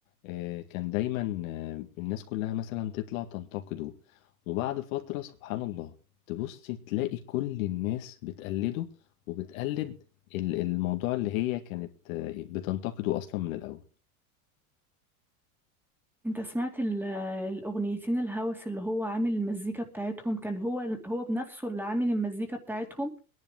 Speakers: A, on the left; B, in the centre.
A: آه، كان دايما آه، الناس كلها مثلا تطلع تنتقده وبعد فترة سبحان الله تبصي تلاقي كل الناس بتقلده وبتقلد ال- الموضوع اللي هي كانت آه، بتنتقده أصلا من الأول
B: انت سمعت ال- الأغنيتين الهوس اللي هو عامل المزيكا بتاعتهم كان هو هو بنفسه اللي عامل المزيكا بتاعتهم